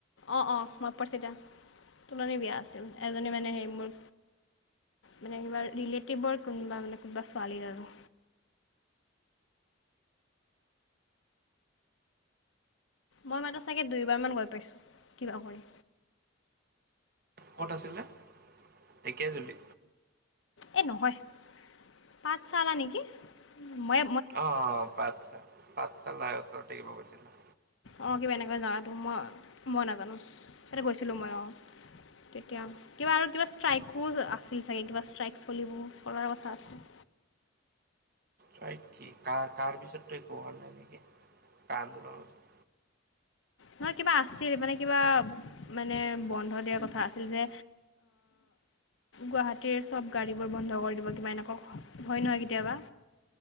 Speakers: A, on the left (about 75°); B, on the right (about 50°).
A: অ', অ', মনত পৰচি এতিয়া। তুলনি বিয়া আছিল, এজনী মানে সেই মোৰ মানে, কিবা ৰিলেটিভৰ কোনোবা মানে কোনোবা ছোৱালীৰ আৰু মই মাত্ৰ চাগে দুইবাৰমান গৈ পাইছোঁ কিবা কৰি।
B: ক'ত আছিলে? ঢেকীয়াজুলি?
A: এই নহয়। পাত চালা নেকি, মই
B: অ', অ', পাতশাল, পাত ছালৰ ওচৰতে থাকিব গৈছিল না।
A: অ', কিবা এনেকৈ যাৱাতো, মই মই নাজানো, <unintelligible> গৈছিলোঁ মই অ'। তেতিয়া, কিবা আৰু কিবা ষ্ট্ৰাইকো আছিল চাগে, কিবা ষ্ট্ৰাইক চলিব, চলাৰ কথা আছে।
B: চাই, কি কাৰ কাৰ পিছত ত কো নাই নেকি, কাৰ আন্দোলনৰত?
A: নহয়, কিবা আছিল, মানে কিবা মানে বন্ধ দিয়াৰ কথা আছিল, যে গুৱাহাটীৰ চব গাড়ী বোৰ বন্ধ কৰি দিব, কিবা এনেকুৱা, হয় নহয় কেতিয়াবা।